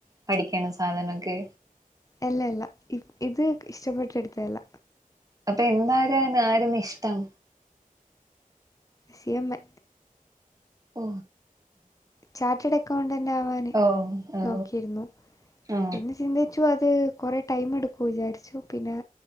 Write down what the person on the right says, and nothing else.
പഠിക്കണ സാധനമൊക്കെ
അപ്പൊ എന്താകാൻ ആരുനു ഇഷ്ടം
ഓ
ഓ ഓ
ഓ